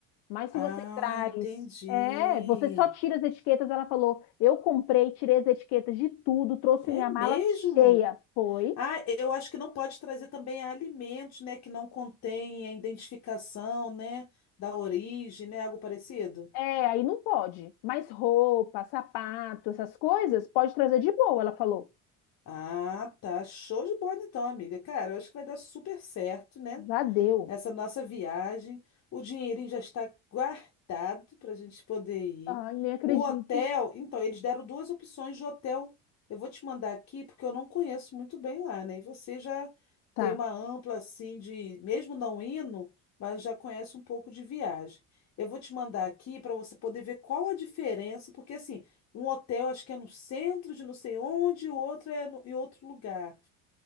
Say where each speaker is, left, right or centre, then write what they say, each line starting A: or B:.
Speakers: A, on the left; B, on the left.
A: Mas se
B: ah,
A: você traz.
B: entendi.
A: É, você só tira as etiquetas. Ela falou: eu comprei, tirei as etiquetas de tudo, trouxe
B: É
A: minha mala
B: mesmo?
A: cheia. Foi.
B: Ah, eu acho que não pode trazer também alimentos, né, que não contém a identificação, né, da origem, né, algo parecido.
A: É, aí não pode. Mas roupa, sapato, essas coisas, pode trazer de boa, ela falou.
B: Ah, tá. Show de bola então, amiga. Cara, eu acho que vai dar super certo, né?
A: Já deu.
B: essa nossa viagem. O dinheirinho já está guardado para a gente poder ir.
A: Ai, nem acredito.
B: O hotel, então, eles deram duas opções de hotel. Eu vou te mandar aqui porque eu não conheço muito bem lá, né? E você já
A: Tá,
B: tem uma ampla assim de, mesmo não indo, mas já conhece um pouco de viagem. Eu vou te mandar aqui para você poder ver qual a diferença, porque assim, um hotel acho que é no centro de não sei onde, e o outro é no- em outro lugar.